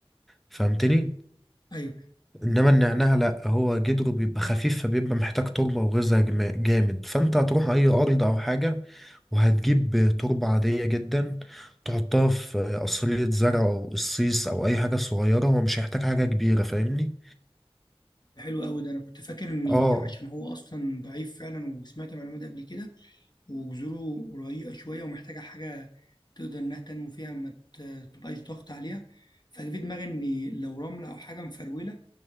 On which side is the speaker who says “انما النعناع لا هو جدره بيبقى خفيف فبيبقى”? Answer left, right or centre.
Centre